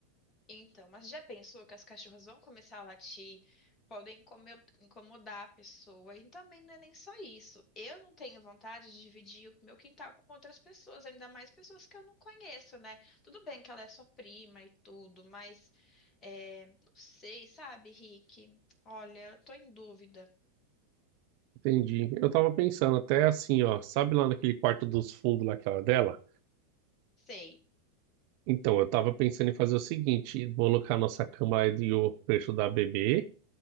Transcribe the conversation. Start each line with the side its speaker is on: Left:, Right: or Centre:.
Left: Então, mas já pensou que as cachorras vão começar a latir, podem incomo- incomodar a pessoa, e também não é nem só isso. Eu não tenho vontade de dividir o meu quintal com outras pessoas, ainda mais pessoas que eu não conheço, né? Tudo bem que ela é sua prima e tudo, mas é, não sei, sabe, Rick? Olha, eu tô em dúvida.
Right: Entendi. Eu tava pensando até assim, ó, sabe lá naquele quarto dos fundos naquela dela?
Left: Sei.
Right: Então, eu tava pensando em fazer o seguinte, vou colocar a nossa cama e o preço da bebê.